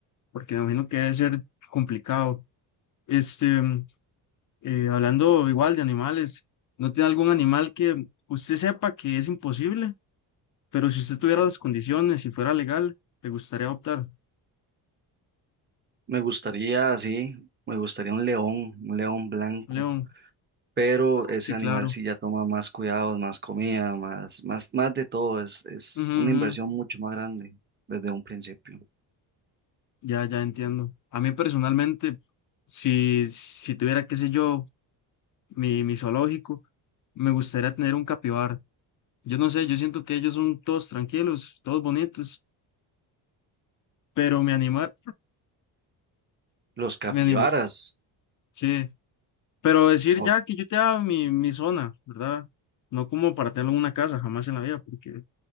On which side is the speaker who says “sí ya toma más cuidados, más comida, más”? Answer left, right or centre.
Right